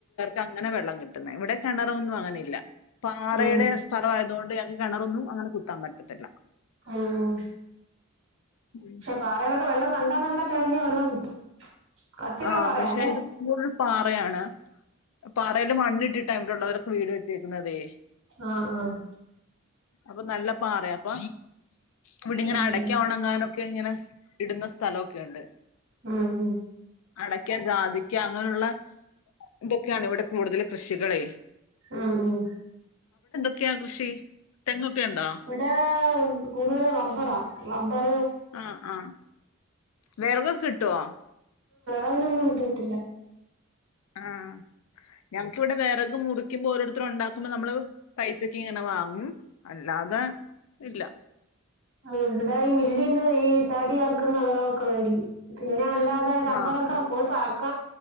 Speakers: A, on the left; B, on the right.
A: തങ്ങനെ വെള്ളങ്ങൾ ഇവിടെ കിണറിനൊന്നും അങ്ങ പാറയുടെ
B: ഉം
A: സ്ഥല അതുകൊണ്ട് ഞങ്ങൾക്ക് കിണറൊന്നും അങ്ങനെ കുത്താൻ പറ്റത്തില്ല
B: ഉം
A: ഉം.
B: പാറയിലൊക്കെ വെള്ളം കാ ഇവിടെ നല്ല തെളിഞ്ഞ വെള്ളം കിട്ടും കട്ടിയുള്ള
A: ആ
B: പാറയാ
A: പക്ഷെ
B: അതെ
A: ഇത് കൂ പാറയാണ് പാറയില് മണ്ണിട്ടിട്ട ഇവിടെ ഉള്ളവരൊക്കെ വീട് വെച്ച വെച്ചേക്കുന്നതേ
B: ആഹ് ആഹ്
A: അപ്പൊ നല്ല പാറ അപ്പ ഇവിടി ഇങ്ങനെ
B: ആഹ്
A: അടയ്ക്ക ഉണങ്ങാനും ഒക്കെ ഇങ്ങനെ ഇടുന്ന സ്ഥലമൊക്കെ ഉണ്ട്
B: ഉം ഉം
A: അടക്ക ജാതിക്ക അങ്ങനെയുള്ള ഇതൊക്കെയാണ് ഇവിടെ കൂടുതൽ കൃഷികള്
B: ആഹ് ഉം
A: ക്കയാ കൃഷി തെങ്ങൊക്കെ ഉണ്ടോ
B: ഇവിടെ കൂടുതലും റബറാ റബർ
A: ആ ആ വെറകൊക്കെ കിട്ടുവോ
B: അതിനൊന്നും ബുദ്ധിമുട്ടില്ല
A: ആ ഞങ്ങക്ക് ഇവിടെ വിറക് മുറിക്കുമ്പോ ഓരോരുത്തരും ഉണ്ടാക്കുമ്പോ നമ്മള് പൈസക്ക് ഇങ്ങനെ വാങ്ങും അല്ലാതെ ഇല്ല
B: ആ ഇവിടെ ഈ മില്ലീന്ന് ഈ തടി അറുക്കുന്നകരൊക്കെ മേടിക്കും പിന്നെ പിന്നെ അല്ലാതെ റബ്ബറൊക്കെ
A: ആ ആ
B: പോയി പറ ക്ക